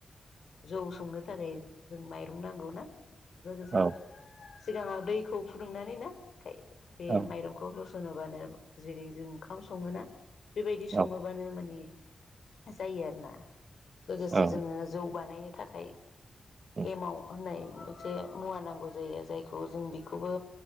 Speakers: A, on the left; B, on the right.
A: जौ नो थारै जों माइरं नांगौ ना। लोगोसे
B: औ
A: सिगाङाव दै खौ फुदुंनानै ना। खाय बे
B: औ
A: माइरंखौ होस'नोबानो जेरै जों ओंखाम सङोना? बेबायदि सङोबानो
B: औ
A: माने जायो आरोना लोगोसे
B: औ
A: जोङो जौ बानायनो थाखाय
B: औ
A: एमाव होननाय मोनसे मुवा नांगौ जायो जायखौ जों बेखौबो